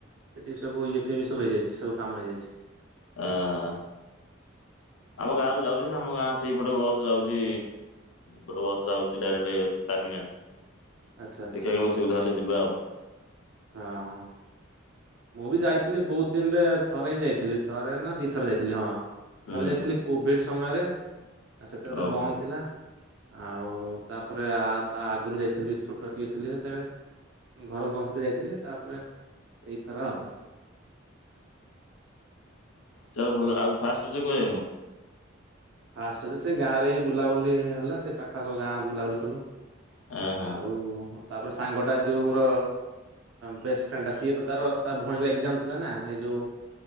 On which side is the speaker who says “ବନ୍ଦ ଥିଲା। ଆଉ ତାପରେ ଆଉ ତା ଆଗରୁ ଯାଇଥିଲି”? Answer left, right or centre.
Right